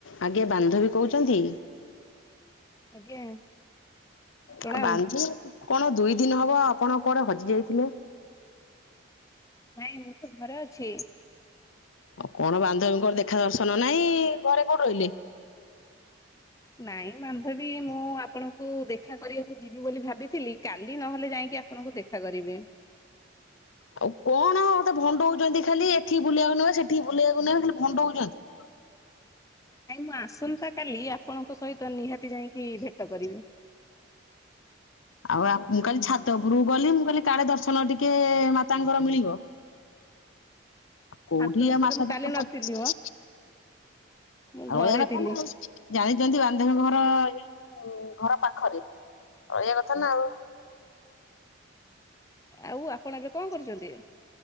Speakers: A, on the left; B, on the left.
A: ଆଜ୍ଞା। ବାନ୍ଧବୀ କହୁଚନ୍ତି?
B: ଆଜ୍ଞା। ପ୍ରଣାମ।
A: ଆଉ ବାନ୍ଧବୀ କଣ ଦୁଇ ଦିନ ହବ ଆପଣ କୁଆଡେ ହଜି ଯାଇଥିଲେ?
B: ନାଇଁ ମୁଁ ତ ଘରେ ଅଛି
A: ଆଉ କଣ ବାନ୍ଧବୀଙ୍କର ଦେଖା ଦର୍ଶନ ନାହିଁ ଘରେ କୋଉଠି ରହିଲେ।
B: ନାଇଁ ବାନ୍ଧବୀ ମୁଁ ଆପଣଙ୍କୁ ଦେଖା କରିବାକୁ ଯିବି ବୋଲି ଭାବିଥିଲି, କାଲି ନହେଲେ ଯାଇଁ କି ଆପଣଙ୍କୁ ଦେଖା କରିବି।
A: ଆଉ କଣ ମତେ ଭଣ୍ଡଉଚନ୍ତି ଖାଲି ଏଠି ବୁଲେଇବାକୁ ନେବେ ସେଠିକି ବୁଲେଇବାକୁ ନେବେ ଖାଲି ଭଣ୍ଡଉଚନ୍ତି?
B: <inaudible> ନାଇଁ ମୁଁ ଆସନ୍ତା କାଲି ଆପଣଙ୍କ ସହିତ ନିହାତି ଯାଇଁକି ଭେଟ କରିବି। <inaudible>
A: ଆଉ ମୁଁ କାଲି ଛାତଉପୁରୁକୁ ଗଲି ମୁଁ କହିଲି କାଳେ ଦର୍ଶନ ଟିକେ ମାତାଙ୍କର ମିଳିବ
B: <inaudible>
A: କଉଠି
B: ଛାତ ଉପରେ
A: ଆ ମାସାଦପ
B: ମୁଁ କାଲି
A: କରୁଚି।
B: ନଥିଲି ମ ମୁଁ
A: ଆଉ
B: ଘରେ
A: ଏରା
B: ଥିଲି।
A: କଣ ନା ଜାଣିଛନ୍ତି ବାନ୍ଧବୀ ଘର ଏଇ। ଆଉ ଘର ପାଖରେ କହିବା କଥା ନା ଆଉ।
B: ଆଉ ଆପଣ ଏବେ କଣ କରୁଛନ୍ତି?